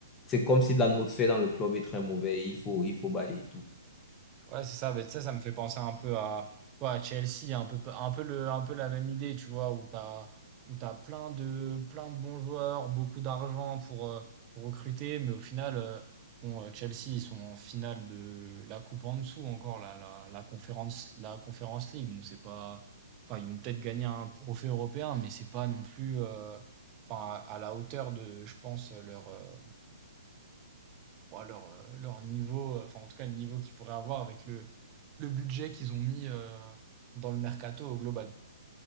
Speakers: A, on the left (about 15°); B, on the right (about 30°).
A: c'est comme si l'atmosphère dans le club est très mauvaise. Il faut, il faut balayer tout.
B: Ouais, c'est ça. Mais ça ça me fait penser un peu à, quoi, à Chelsea, un peu, un peu le, un peu la même idée, tu vois, où t'as, où t'as plein de, plein de bons joueurs, beaucoup d'argent pour, euh, recruter, mais au final, euh, bon, euh, Chelsea, ils sont en finale de la coupe en dessous encore, la, la, la conférence, la Conference League. Donc c'est pas, enfin, ils vont peut-être gagner un trophée européen, mais c'est pas non plus, euh, enfin, à, à la hauteur de, je pense, leur, euh, bon, leur, euh, leur niveau, euh, enfin, en tout cas, le niveau qu'ils pourraient avoir avec le le budget qu'ils ont mis euh, dans le mercato au global.